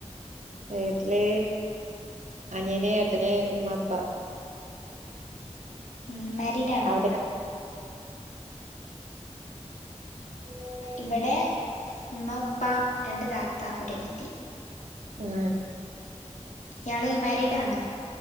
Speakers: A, on the right; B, on the left.
A: വീട്ട്ല് അനിയന് ഏട്ടന് ഉമ്മാ ഉപ്പാ
B: ഉം മാരീഡാണോ
A: അവിടെയോ <unintelligible>
B: ഇവടെ ഇമ്മ ഉപ്പ രണ്ട് താത്ത ഒരനിയത്തി
A: ഉം
B: ഇയാള് മാരീഡാണോ?